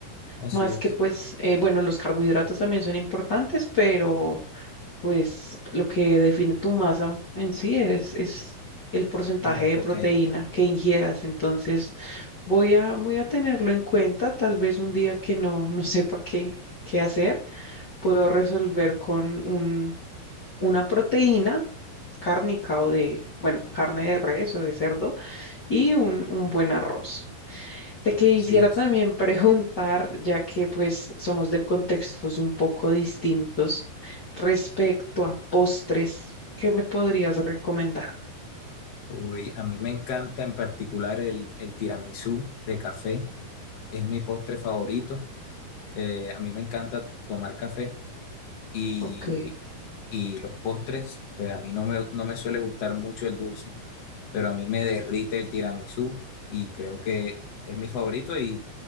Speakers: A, on the left; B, on the left.
A: Así
B: Más
A: es,
B: que pues, eh, bueno, los carbohidratos también son importantes, pero pues lo que define tu masa en sí es, es el porcentaje
A: en la
B: de
A: proteína,
B: proteína que ingieras. Entonces, voy a, voy a tenerlo en cuenta. Tal vez un día que no, no sepa qué, qué hacer, puedo resolver con un, una proteína cárnica o de, bueno, carne de res o de cerdo y un, un buen arroz. Te quisiera
A: así es.
B: también preguntar, ya que pues somos de contextos un poco distintos, respecto a postres, ¿qué me podrías recomendar?
A: Uy, a mí me encanta en particular el, el tiramisú de café, es mi postre favorito. Eh, a mí me encanta tomar café y,
B: Ok.
A: y los postres, pues a mí no me, no me suele gustar mucho el dulce, pero a mí me derrite el tiramisú y creo que es mi favorito y